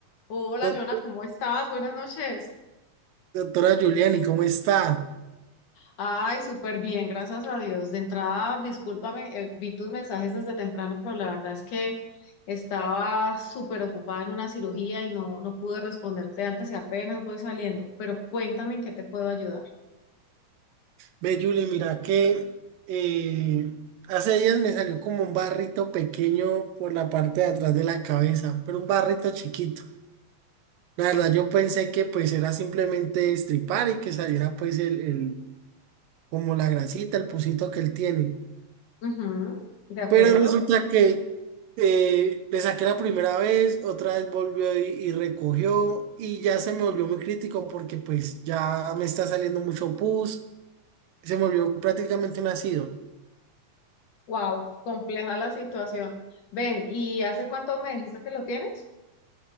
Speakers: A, on the left; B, on the right.
A: Hola,
B: Doc-
A: Jonah, ¿cómo estás? Buenas noches.
B: Doctora Giuliani, ¿cómo está?
A: Ay, súper bien, gracias a Dios. De entrada, discúlpame, eh, vi tus mensajes desde temprano, pero la verdad es que estaba súper ocupada en una cirugía y no, no pude responderte antes y apenas voy saliendo. Pero cuéntame en qué te puedo ayudar.
B: Ve, Julie, mira que eh, hace días me salió como un barrito pequeño por la parte de atrás de la cabeza, pero un barrito chiquito. La verdad, yo pensé que pues era simplemente estripar y que saliera pues el, el- como la grasita, el pusito que él tiene.
A: Ujú, ¿de acuerdo?
B: Pero resulta que eh, le saqué la primera vez, otra vez volvió y, y recogió y ya se me volvió muy crítico porque pues ya me está saliendo mucho pus. Se me volvió prácticamente un ácido.
A: Wow, compleja la situación. Ven, ¿y hace cuánto me dijiste que lo tienes?